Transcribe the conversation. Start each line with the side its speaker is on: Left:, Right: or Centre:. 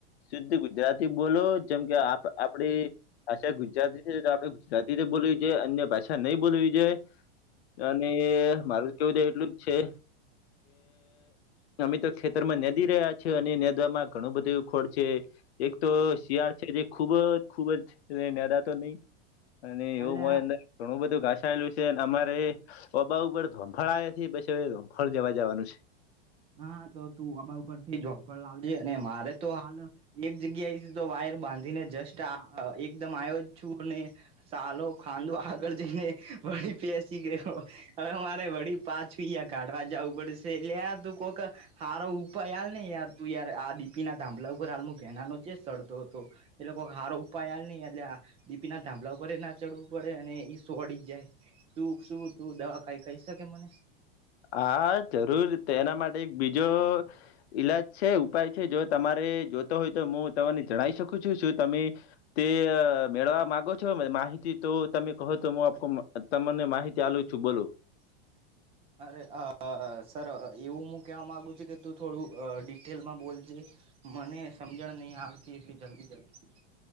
Left: શુદ્ધ ગુજરાતી બોલો જેમ કે આ આપડી ભાષા ગુજરાતી છે તો આપડે ગુજરાતી બોલવી જોઈએ, અન્ય ભાષા નહીં બોલવી જોઈએ. અને મારું કેવું છે એટલું જ છે કે અમે તો ખેતરમાં નેદી રહ્યા છીએ અને નેદવામાં ઘણો બધો એવ ખોડ છે એક તો શિયાળ છે જે ખૂબ ખૂબ જ એને અડાતો નહીં. અને એવું
Right: અલ્યા
Left: હોય અંદર ઘણું બધું ઘાસાયેલું છે અમારે ઓબા ઉપર ધોમફળ આયવા થી પઈ ધમફળ લેવા જવાનું છે.
Right: હા તો તું આબા ઉપરથી જોબ પણ લાવજે અને મારે તો હાલ એક જગ્યાએથી તો વાયર બાંધીને જસ્ટ આ એકદમ આયો જ છું અને સાલો ખાન્દો આગળ જઈને વળી પેસી ગયો. હવે મારે વળી પાછું યા કાઢવા જાવું પડશે લ્યા તું કોક હારો ઉપાઈ આલને યાર તું યાર આ ડીપીના થાભલા ઉપર હાલ ભેનાનો છે સડતો હતો. એલો કોક હારો ઉપાય આલને અલ્યા. ડીપીના થાંભલા ઉપર એય ના ચડવું પડે અને ઈ સો અડી જાય. તું શું તું દવા ખઈ કઈ શકે મને?
Left: હા જરૂર તો એના માટે એક બીજો ઈલાજ છે. ઉપાય છે જો તમારે જોતો હોય તો મુ તમને જણાઈ શકું છું શું તમે તે મેળવા માગો છો મેં માહિતી તો તમે કહો તો હું આપવામાં તમને માહિતી આલું છું બોલો.
Right: <inaudible> અરે અ અ સર એવું મુ કહેવા માગું છું કે તું થોડું અ ડિટેલમાં બોલજે. મને સમજણ નઈ આવતી એટલી જલ્દી જલ્દી.